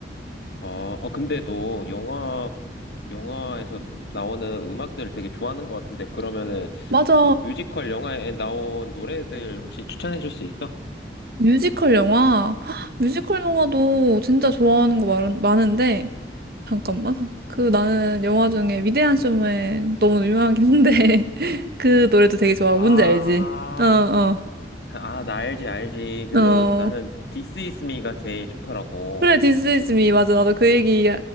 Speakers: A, on the left; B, on the right.
A: 아, 어, 근데 너 영화, 영화에서 나오는 음악들을 되게 좋아하는 것 같은데, 그러면은,
B: 맞아.
A: 뭐, 뮤지컬 영화에 나온 노래들 혹시 추천해 줄 수 있어?
B: 뮤지컬 영화. <gasps> 헉, 뮤지컬 영화도 진짜 좋아하는 거 많, 많은데 잠깐만. 그 나는 영화 중에 위대한 쇼맨 너무 유명하긴 한데 <laughs> 그 노래도 되게 좋아.
A: 아,
B: 뭔지 알지? 어, 어.
A: 아, 나 알지, 알지. 그,
B: 어,
A: 나는 This Is Me가 제일 좋더라고.
B: 그래, This is me. 맞아. 나도 그 얘기,